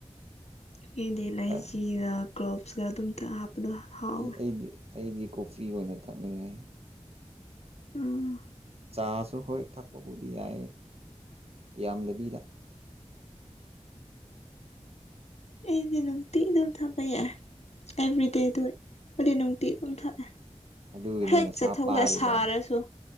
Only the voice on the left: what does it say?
ꯑꯩꯗꯤ ꯂꯩꯁꯤꯒ
ꯀ꯭ꯂꯣꯞꯁꯀ ꯑꯗꯨꯝ ꯍꯥꯞꯄꯗꯣ ꯍꯥꯎꯋꯦ
ꯎꯝ
ꯑꯩꯗꯤ ꯅꯅꯨꯡꯇꯤꯟ ꯑꯗꯨꯝ ꯊꯥꯄꯛ ꯑꯦꯕ꯭ꯔꯤꯗꯦꯗ ꯍꯧꯗꯤ ꯅꯨꯡꯇꯤ ꯑꯗꯨꯝ ꯊꯛꯑꯦ
ꯍꯦꯛ
ꯆꯠꯊꯣꯛꯂ
ꯁꯥꯔꯁꯨ